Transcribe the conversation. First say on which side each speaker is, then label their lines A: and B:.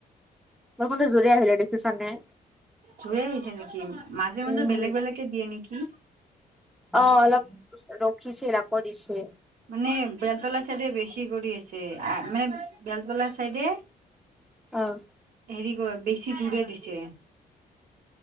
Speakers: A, in the centre; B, on the right.
A: বৰষুণটো জোৰে আহিলে দেখিছা নে
B: জুৰে আহিছে নেকি মাজে মাজে
A: উম,
B: বেলেগ বেলেকে দিয়ে নেকি?
A: অ অলপ ৰখিছিল আকৌ দিছে
B: মানে বেলতলা চাইডে বেছি কৰি আছে আহ মানে বেলতলা চাইডে
A: অ
B: হেৰি কৰে বেছি জুৰে দিছে।